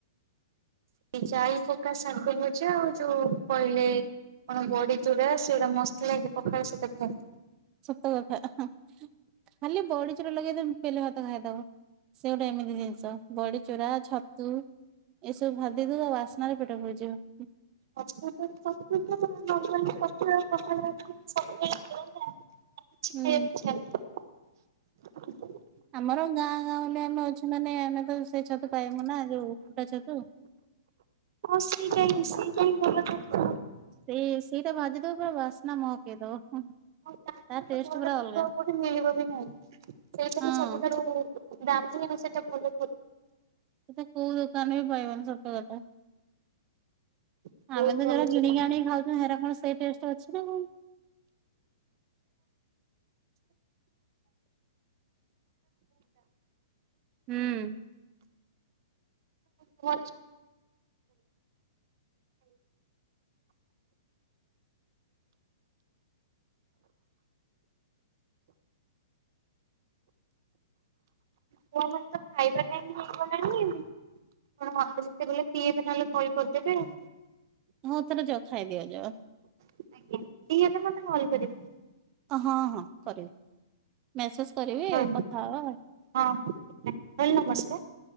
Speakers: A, on the right (about 55°); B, on the right (about 25°).
A: ଯାଇ ପକା ସାଗଭଜା ଆଉ ଯୋଉ କହିଲେ କଣ ବଡି ଚୁଡ଼ା ସେଗୁଡା ମସ୍ତ ଲାଗେ ପଖାଳ ସହିତ ଖାଇଲେ।
B: ସତକଥା। ଖାଲି ବଡିଚୁରା ଲଗେଇକି ବେଲେ ଭାତ ଖାଇଦବ। ସେ ଗୋଟେ ଏମିତି ଜିନିଷ ବଡି ଚୁରା ଛତୁ ଏସବୁ ଭାଜି ଦେଇଦବ ଆଉ ବାସ୍ନା ରେ ପେଟ ଫୁଡିଯିବ
A: ଆ ତ ପତ ତ ମଙ୍ଗଲି ପତ୍ର କଖ ସବୁ ହେଇ ଆ କିଛି
B: ହୁଁ
A: ଖାଇବାକୁ ଇଛା ହେଲାନି
B: ଆମର ଗାଁ ଗାଁ ବୁଲି ଆମେ ଅଛୁ ମାନେ ଆମେ ତ ସେଇ ଛତୁ ପାଇବୁ ନା ଯୋଉ ଫୁଟା ଛତୁ
A: ହଁ ସେଇଟାହିଁ ସେଇଟାହିଁ ଭଲ ଚତୁ
B: ସେଇ ସେଇଟା ଭାଜି ଦବ ପୁରା ବାସ୍ନା ମହକେଇ ଦବ ତା
A: ଆଉ ତାଠାରୁ ତ
B: ଟେଷ୍ଟ
A: ଭଲ
B: ପୁରା
A: ଛତୁ
B: ଅଲଗା
A: ଆଉ କୋଉଠି ମିଳିବ ବି ନାହିଁ ସେଇଟାହିଁ
B: ହଁ।
A: ସବୁଠାରୁ ଦାମି ଆଉ ସେଇଟା ଭଲ
B: କୋଉ ଦୋକାନରେ ବି ପାଇବନି ସତ କଥା
A: ବହୁତ
B: ଆମେ ତ
A: ଭଲ
B: ଯୋରା
A: ସେଟା।
B: କିଣି ଆଣିକି ଖାଉଛ ହେରା କଣ ସେଇ ଟେଷ୍ଟ ଅଛି ନା କଣ ହୁଁ
A: ଘର ଛୁଆମାନେ ତ ଖାଇବା ପାଇଁ ଟାଇମ୍ ହେଇଗଲାଣି ଆଣ ଯେତେବେଲେ ପିଇବେ ନହେଲେ କରି କରିଦେବେ ଆଉ
B: ହଁ ତାହା ହେଲେ ଯ ଖାଇଦିଅ ଯ
A: ଆଉ। ଫ୍ରି ହେଲେ ମତେ କଲ୍ କରିବି
B: ହଁ ହଁ କରିବି ମେସେଜ କରିବି
A: ହଁ
B: କଥା ହବା ହଁ
A: ହଁ ରହିଲି ନମସ୍କାର।